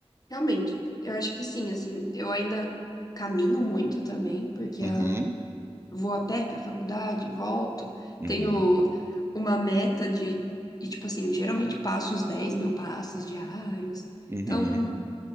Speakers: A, on the left; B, on the right.
A: realmente. Eu acho que sim, assim, eu ainda caminho muito também, porque
B: Uhum,
A: a... vou a pé pra faculdade, volto,
B: uhum,
A: tenho uma meta de, e, tipo assim, geralmente passo os 10 mil passos diários.
B: uhum.
A: Então,